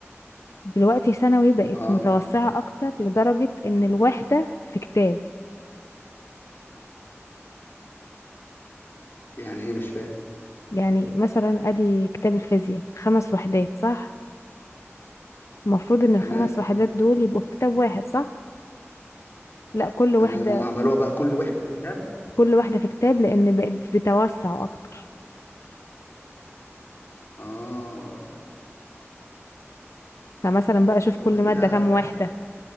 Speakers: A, on the left; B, on the left.
A: دلوقتي ثانوي بقت
B: اه
A: متوسعة أكتر لدرجة إن الواحدة في كتاب
B: يعني ايه مش فاهم
A: يعني مثلا ادي كتاب الفيزياء خمس وحدات صح المفروض ان الخمس
B: تمام
A: وحدات دول يبقوا في كتاب واحد صح لا كل وحدة
B: تمام هم عملوها بقى كل وحدة في كتاب
A: كل واحدة في كتاب لان بقت بتوسع اكتر
B: اه
A: فمثلا بقى شوف كل
B: طب ده كده
A: مادة كام واحدة